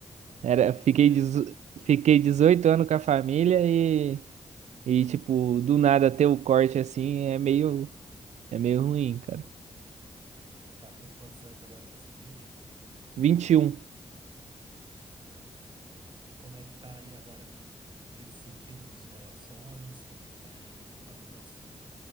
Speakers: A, on the right; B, on the right.
A: Era,
B: Pois
A: fiquei,
B: é,
A: dezo-
B: cara.
A: fiquei 18 anos com a família e, e, tipo, do nada ter o corte assim é meio É meio ruim, cara.
B: Tu tá com quantos anos agora? Tá com vinte,
A: Vinte e um,
B: vinte e um anos, cara. E como é que tá aí agora, né? Nesse sentido de relações, como é que tá aí no Mato Grosso?